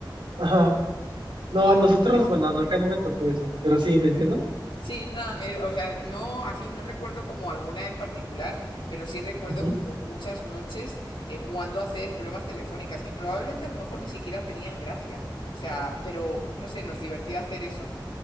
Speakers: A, on the right; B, on the left.
A: ajá. No,
B: Y
A: a nosotros,
B: es-
A: bueno, no, acá no me tocó eso, pero sí, ¿te entiendo?
B: Sí, no, eh, o sea, no, así no recuerdo como alguna en particular, pero sí recuerdo
A: Ujú,
B: como muchas noches eh, jugando a hacer bromas telefónicas que probablemente a lo mejor ni siquiera tenían gracia. O sea, pero no sé, nos divertía hacer eso.